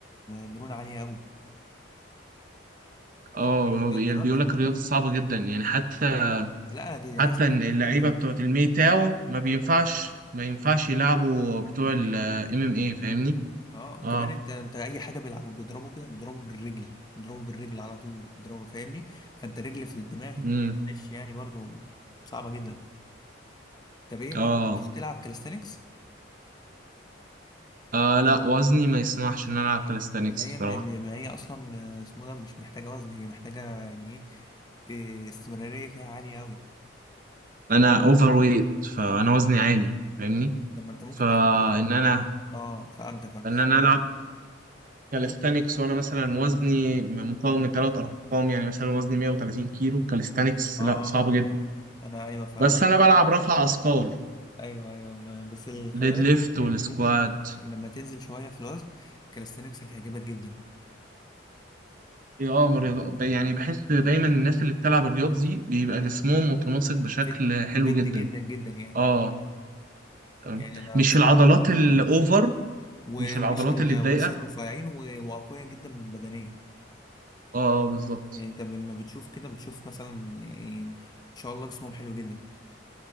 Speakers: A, on the left (about 20°); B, on the right (about 45°).
A: مرونة عالية قوي
B: اه
A: طب إيه،
B: هو بي-
A: جربت
B: بيقول لك الرياضه صعبه جدا يعني حتى
A: مم. لا دي
B: حتى
A: عايزة
B: إن
A: ست
B: اللعيبه
A: سنين تدريب
B: بتوعت
A: دي
B: الماي تاو ما بينفعش ما ينفعش يلعبوا بتوع
A: ام ام
B: الام
A: ايه
B: ام اي فاهمني
A: اه وكمان
B: اه
A: انت انت اي حاجه بيلعبوا بيضربوا بيها بيضربوا بالرجل بيضربوا بالرجل على طول بيضربوا فاهمني فانت رجل في الدماغ
B: امم
A: معلش يعني برضو صعبه جدا طب ايه ما
B: اه
A: جربتش تلعب كاليستانكس
B: آه، لا وزني ما يسمحش ان انا العب كاليستانكس
A: ما هي
B: بصراحه
A: ما ما هي اصلا اسمه ده مش محتاجه وزن هي محتاجه يعني ايه إيه، استمراريه فيها عاليه قوي
B: انا اوفر ويت فانا وزني عالي فاهمني
A: طب ما انت ممكن
B: فان
A: تاخدها
B: انا
A: اه فهمتك فهمت
B: ان انا العب كاليستانكس
A: قول.
B: وانا مثلا وزني مقاوم من ثلاث ارقام يعني مثلا وزني 130 كيلو كاليستانكس
A: اه
B: لا صعب
A: اه
B: جدا
A: انا ايوه فهمتك
B: بس انا بلعب رفع اثقال
A: ايوه ايوه ما بس ال- خلي
B: ديد
A: بالك
B: ليفت والسكواد
A: انت ممكن لما تنزل شويه في الوزن كالستنكس هتعجبك جدا
B: إيه، اه رياضة- يعني بحس دايما الناس اللي بتلعب الرياض دي بيبقى جسمهم متناسق بشكل
A: فت
B: حلو
A: فت
B: جدا
A: جدا جدا يعني
B: اه تمام
A: يعني انا
B: مش
A: بصراحه
B: العضلات الاوفر
A: اه ومش
B: مش العضلات
A: ال...
B: اللي اتضايقه
A: ومش الرفيعين و- واقوياء جدا بدنيا
B: اه بالظبط
A: يعني انت لما بتشوف كده بتشوف مثلا يعني ما شاء الله جسمهم حلو جدا